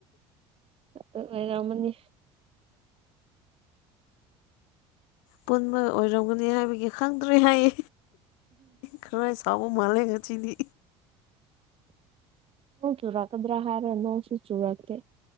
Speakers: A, on the right (about 45°); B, on the left (about 75°).
A: ꯑꯗꯨ ꯉꯥꯏꯔꯝꯃꯅꯤ
B: ꯄꯨꯟꯕ ꯑꯣꯏꯔꯝꯒꯅꯤ ꯍꯥꯏꯕꯒꯤ ꯈꯪꯗ꯭ꯔꯦ ꯍꯥꯏꯌꯦ ꯈꯔꯥ ꯁꯥꯎꯕ ꯃꯥꯜꯂꯦ ꯉꯁꯤꯗꯤ
A: ꯅꯣꯡ ꯆꯨꯔꯛꯀꯗ꯭ꯔꯥ ꯍꯥꯏꯔ ꯅꯣꯡꯁꯨ ꯆꯨꯔꯛꯇꯦ